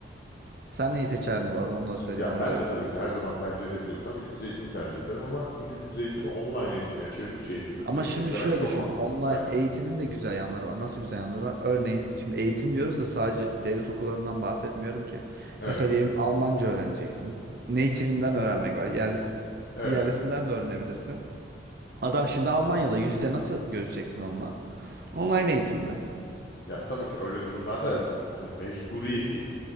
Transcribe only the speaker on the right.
Sen neyi seçerdin bu arada onu da söyleyeyim
ona
göre.
Ama
şimdi şöyle
düşün.
Online
eğitimin de güzel yanları var. Nasıl güzel yanları var? Örneğin şimdi eğitim diyoruz da sadece devlet okullarından bahsetmiyorum ki.
Mesela diyelim Almanca öğreneceksin. Native'inden öğrenmek var. Yerlis,
yerlisinden de öğrenebilirsin. Adam şimdi Almanya'da yüz yüze nasıl görüşeceksin onunla? Online eğitimle.